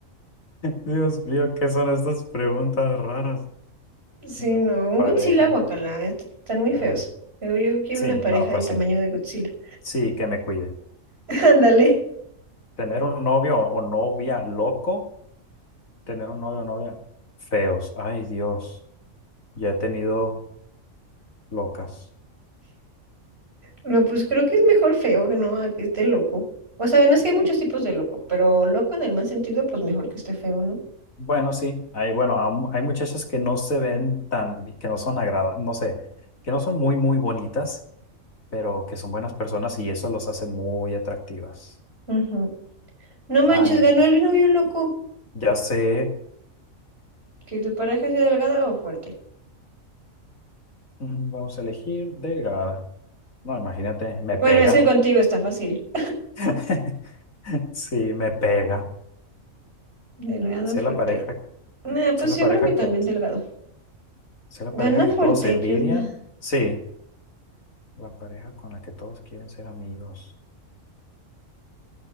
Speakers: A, on the left; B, on the right.
A: Dios mío, ¿qué son estas preguntas raras?
B: Sí,
A: Una
B: no, un
A: pareja.
B: Godzilla, guacala, están muy
A: Ajá.
B: feos. Yo, yo quiero
A: Sí,
B: una pareja
A: no, pues
B: del tamaño
A: sí.
B: de Godzilla.
A: Sí, que me cuide.
B: <laughs> Ándale.
A: Tener un novio o novia loco, tener un novio o novia feos. Ay, Dios, ya he tenido locas.
B: No, pues creo que es mejor feo que no a que esté loco. O sea, no es que hay muchos tipos de loco, pero loco en el mal sentido, pues mejor que esté feo, ¿no?
A: Bueno, sí, hay, bueno, aún hay muchachas que no se ven tan, bi- que no son agradables, no sé, que no son muy, muy bonitas, pero que son buenas personas y eso los hace muy atractivas.
B: Ujú. No manches,
A: A mí,
B: ganó el novio loco.
A: ya sé,
B: Que tu pareja sea delgada o fuerte.
A: mm, vamos a elegir delgada. No, imagínate, me
B: Bueno,
A: pega.
B: ese contigo está fácil.
A: <laughs> Sí, me pega.
B: <laughs> Delgado o
A: Sé
B: fuerte.
A: la pareja,
B: Nah,
A: sé
B: pues
A: la
B: yo
A: pareja
B: creo que también
A: que,
B: delgado.
A: sé la
B: Gana
A: pareja que
B: fuerte,
A: todos envidian.
B: ¿qué onda?
A: Sí, la pareja con la que todos quieren ser amigos.